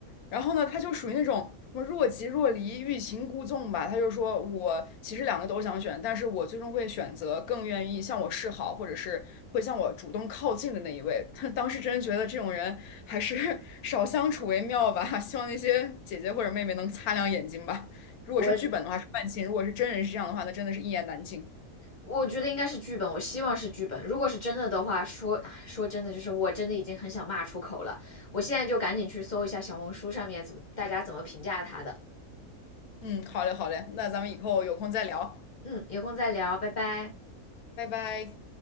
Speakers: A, on the left (about 85°); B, on the left (about 40°).
A: 然后呢，他就属于那种什么若即若离、欲擒故纵吧。他就说我其实两个都想选，但是我最终会选择更愿意向我示好，或者是会向我主动靠近的那一位。<laughs> 当时真觉得这种人还是 <laughs> 少相处为妙吧。希望那些姐姐或者妹妹能擦亮眼睛吧。如果是剧本的话是万幸，
B: 我
A: 如果是真人是这样的话，那真的是一言难尽。
B: 我觉得应该是剧本，我希望是剧本。如果是真的的话，说说真的，就是我真的已经很想骂出口了。我现在就赶紧去搜一下小红书上面怎么大家怎么评价他的。
A: 嗯，好嘞，好嘞，那咱们以后有空再聊，
B: 嗯，有空再聊，拜拜。
A: 拜拜。